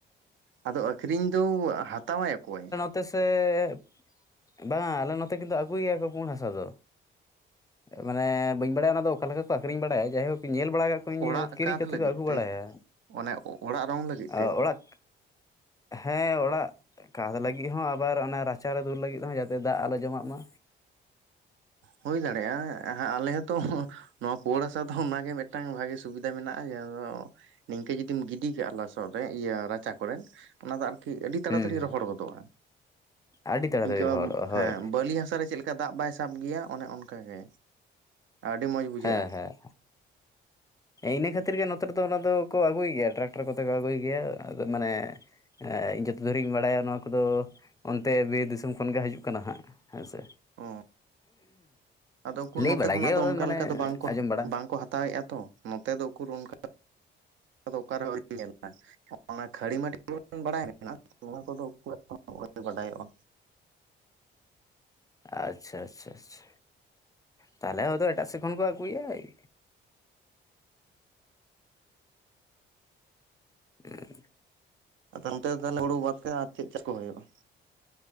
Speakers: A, on the right; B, on the left.
A: ᱟᱫᱚ ᱟᱠᱷᱨᱤᱧ ᱫᱚ ᱦᱟᱛᱟᱣᱟᱭ ᱚᱠᱚᱭ?
B: ᱛᱮ ᱥᱮ, ᱵᱟᱝᱟ ᱟᱞᱮ ᱱᱚᱛᱮ ᱠᱤᱱᱛᱩ ᱟᱹᱜᱩ ᱜᱮᱭᱟ ᱠᱚ ᱯᱩᱸᱲ ᱦᱟᱥᱟ ᱫᱚ᱾ ᱢᱟᱱᱮ ᱵᱟᱹᱧ ᱵᱟᱲᱟᱭᱟ ᱚᱱᱟ ᱫᱚ ᱚᱠᱟ ᱞᱮᱠᱟ ᱠᱚ ᱟᱠᱷᱨᱤᱧ ᱵᱟᱲᱟᱭᱟ ᱡᱟᱭᱦᱳᱠ ᱧᱮᱞ ᱵᱟᱲᱟ <unintelligible>
A: ᱚᱲᱟᱜ
B: <inaudible> ᱠᱤᱨᱤᱧ
A: ᱠᱟᱸᱛ
B: ᱠᱟᱛᱮ
A: ᱞᱟᱹᱜᱤᱫ
B: ᱠᱚ ᱟᱹᱜᱩ
A: ᱛᱮ
B: ᱵᱟᱲᱟᱭᱟ
A: ᱚᱱᱮ ᱚᱲᱟᱜ ᱨᱚᱝ ᱞᱟᱹᱜᱤᱫ
B: ᱮ
A: ᱛᱮ
B: ᱚᱲᱟᱜ ᱦᱮᱸ ᱚᱲᱟᱜ ᱠᱟᱛ ᱞᱟᱹᱜᱤᱫ ᱦᱚᱸ ᱟᱵᱟᱨ ᱚᱱᱟ ᱨᱟᱪᱟᱨᱮ ᱫᱩᱞ ᱞᱟᱹᱜᱤᱫ ᱦᱚᱸ ᱡᱟᱛᱮ ᱫᱟᱜ ᱟᱞᱚ ᱡᱚᱢᱟᱜ ᱢᱟ᱾
A: ᱚ ᱦᱩᱭ ᱫᱟᱲᱮᱭᱟᱜᱼᱟ ᱦᱟᱸᱜ ᱟᱞᱮ ᱦᱚᱸᱛᱚ ᱱᱚᱣᱟ ᱯᱳᱬ ᱦᱟᱥᱟ ᱫᱚ ᱚᱱᱟᱜᱮ ᱢᱤᱫᱴᱟᱝ ᱵᱷᱟᱜᱮ ᱥᱩᱵᱤᱫᱷᱟ ᱢᱮᱱᱟᱜᱼᱟ ᱡᱟᱦᱟᱸ ᱫᱚ ᱱᱤᱝᱠᱟᱹ ᱡᱩᱫᱤᱢ ᱜᱤᱰᱤ ᱠᱟᱜᱼᱟ ᱞᱚᱥᱚᱫ ᱨᱮ ᱤᱭᱟᱹ ᱨᱟᱪᱟ ᱠᱚᱨᱮᱫ ᱚᱱᱟ ᱫᱚ ᱟᱨᱠᱤ ᱟᱹᱰᱤ ᱛᱟᱲᱟᱛᱟᱹᱲᱤ
B: ᱦᱩᱸ ᱦᱩᱸ
A: ᱨᱚᱦᱚᱲ ᱜᱚᱫᱚᱜᱼᱟ᱾
B: ᱟᱹᱰᱤ ᱛᱟᱲᱟᱛᱟᱲᱤ
A: ᱤᱱᱠᱟᱹ
B: ᱨᱚᱦᱚᱲᱚᱜᱼᱟ ᱦᱳᱭ
A: ᱦᱮᱸ ᱵᱟᱹᱞᱤ ᱦᱟᱥᱟ ᱨᱮ ᱪᱮᱫ ᱠᱟ ᱫᱟᱜ ᱵᱟᱭ ᱥᱟᱵ ᱜᱮᱭᱟ ᱚᱱᱮ ᱚᱱᱠᱟ ᱜᱮ, ᱟᱹᱰᱤ ᱢᱚᱸᱡᱽ ᱵᱩᱡᱷᱟᱹᱜᱼᱟ᱾
B: ᱦᱮᱸ ᱦᱮᱸ ᱤᱱᱟᱹ ᱠᱷᱟᱹᱛᱤᱨ ᱜᱮ ᱱᱚᱛᱮ ᱨᱮᱫᱚ ᱚᱱᱟ ᱫᱚᱠᱚ ᱟᱹᱜᱩᱭ ᱜᱮᱭᱟ ᱴᱨᱟᱠᱴᱟᱨ ᱠᱚᱛᱮ ᱠᱚ ᱟᱹᱜᱩᱭ ᱜᱮᱭᱟ ᱟᱫᱚ ᱢᱟᱱᱮ ᱮᱸ ᱡᱚᱛᱚ ᱫᱷᱚᱨᱤᱡ ᱤᱧ ᱵᱟᱲᱟᱭᱟ ᱱᱚᱣᱟ ᱠᱚᱫᱚ ᱚᱱᱛᱮ ᱵᱤᱨ ᱫᱤᱥᱚᱢ ᱠᱷᱚᱱᱜᱮ ᱦᱟᱡᱩᱜ ᱠᱟᱱᱟ ᱦᱟᱸᱜ, ᱦᱮᱸ ᱥᱮ?
A: ᱚ ᱟᱫᱚ ᱩᱠᱩᱨ
B: ᱞᱟᱹᱭ
A: ᱱᱚᱛᱮ
B: ᱵᱟᱲᱟᱭ
A: ᱠᱷᱚᱱᱟᱜ
B: ᱜᱮᱭᱟ
A: ᱫᱚ ᱚᱱᱠᱟ
B: ᱢᱟᱱᱮ
A: ᱞᱮᱠᱟ ᱫᱚ ᱵᱟᱝᱠᱚ
B: ᱟᱸᱡᱚᱢ ᱵᱟᱲᱟ
A: ᱵᱟᱝᱠᱚ ᱦᱟᱛᱟᱣᱮᱫᱼᱟ᱾ ᱛᱚ ᱱᱚᱛᱮ ᱫᱚ ᱩᱠᱩᱨ ᱚᱱᱠᱟ ᱫᱚ ᱚᱠᱟᱨᱮᱦᱚ ᱟᱹᱶᱨᱤᱧ ᱧᱮᱞᱟ᱾ ᱚᱱᱟ ᱠᱷᱟᱹᱲᱤ ᱢᱟᱹᱴᱤ <inaudible> ᱵᱟᱲᱟᱭ ᱢᱮᱱᱟᱜᱼᱟ <inaudible>
B: ᱟᱪᱪᱷᱟ ᱟᱪᱪᱷᱟ ᱟᱪᱪᱷᱟ, ᱛᱟᱦᱚᱞᱮ ᱦᱚᱭᱛᱚ ᱮᱴᱟᱜ ᱥᱮᱫ ᱠᱷᱚᱱ ᱠᱚ ᱟᱹᱜᱩᱭᱟ ᱮᱭ᱾ ᱩᱸ᱾
A: ᱟᱫᱚ ᱚᱱᱛᱮ ᱫᱚ ᱛᱟᱞᱦᱮ ᱦᱩᱲᱩ ᱵᱟᱫ <inaudible> ᱟᱨ ᱪᱮᱫ ᱪᱟᱥ ᱠᱚ ᱦᱩᱭᱩᱜ-ᱟ